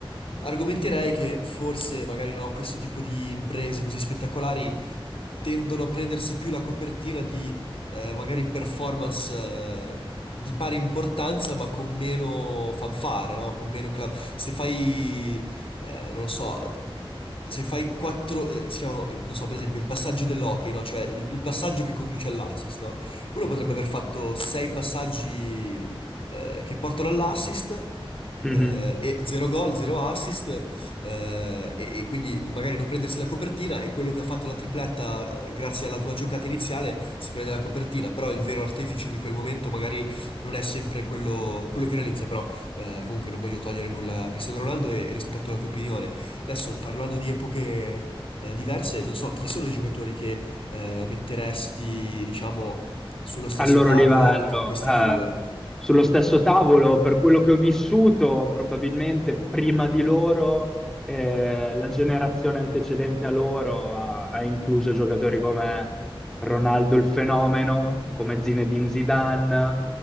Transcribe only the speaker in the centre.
Mhm.
al loro
livello.
eh,
sullo stesso tavolo, per quello che ho vissuto, probabilmente prima di loro, eh, la generazione antecedente a loro ha, ha incluso giocatori come Ronaldo il fenomeno, come Zinedine Zidane,